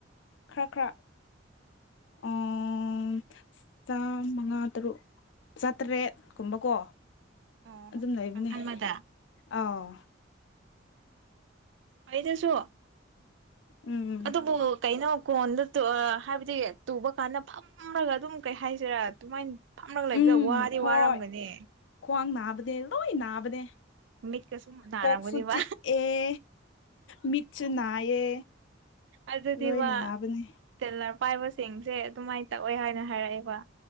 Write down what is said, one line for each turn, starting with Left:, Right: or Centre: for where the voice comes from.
Left: ꯈꯔ ꯈꯔ ꯑꯣ ꯆꯥꯃꯉꯥ ꯇꯔꯨꯛ ꯆꯥꯇ꯭ꯔꯦꯠ ꯀꯨꯝꯕꯀꯣ
Right: ꯑꯣ
Left: ꯑꯗꯨꯝ ꯂꯩꯕꯅꯦ
Right: ꯀꯥꯡꯈꯜ ꯑꯃꯗ
Left: ꯑꯥꯎ
Right: ꯐꯩ ꯑꯗꯨꯁꯨ
Left: ꯎꯝ
Right: ꯑꯗꯨꯕꯨ ꯀꯩꯅꯣ ꯀꯣꯟꯗ ꯇꯨ ꯑꯥ ꯍꯥꯏꯕꯗꯤ ꯇꯨꯕ ꯀꯥꯟꯗ ꯐꯝꯔꯒ ꯑꯗꯨꯝ ꯀꯩ ꯍꯥꯏꯁꯤꯔꯥ ꯑꯗꯨꯃꯥꯏꯅ ꯐꯝꯔꯒ ꯂꯩꯕꯗ
Left: ꯎꯝ
Right: ꯋꯥꯗꯤ
Left: ꯍꯣꯏ
Right: ꯋꯥꯔꯝꯒꯅꯤ
Left: ꯈ꯭ꯋꯥꯡ ꯅꯥꯕꯅꯦ ꯂꯣꯏ ꯅꯥꯕꯅꯦ
Right: ꯃꯤꯠꯀ ꯁꯨꯝ ꯅꯥꯔꯝꯒꯅꯤꯕ
Left: ꯀꯣꯛ ꯁꯨ ꯆꯤꯛꯑꯦ ꯃꯤꯠꯁꯨ ꯅꯥꯏꯌꯦ
Right: ꯑꯗꯨꯗꯤꯕ
Left: ꯂꯣꯏꯅ ꯅꯥꯕꯅꯦ
Right: ꯇꯦꯂꯔ ꯄꯥꯏꯕꯁꯤꯡꯁꯦ ꯑꯗꯨꯃꯥꯏꯅ ꯇꯧꯋꯦ ꯍꯥꯏꯅ ꯍꯥꯏꯔꯛꯑꯦꯕ